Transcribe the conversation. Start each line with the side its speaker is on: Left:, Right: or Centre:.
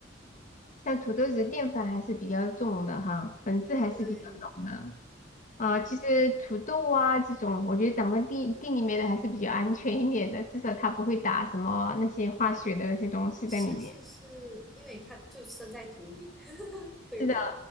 Left: 像土豆子淀粉还是比较重的哈，粉质还是比较重的
Centre: 对，
Left: 啊。其实土豆啊这种，我觉得长在地地里面的还是比较安全一点的，至少它不会打什么那些化学的那些东西在里面。
Centre: 是是是，因为它就生在土里，<laughs> 对吧？
Left: 是的，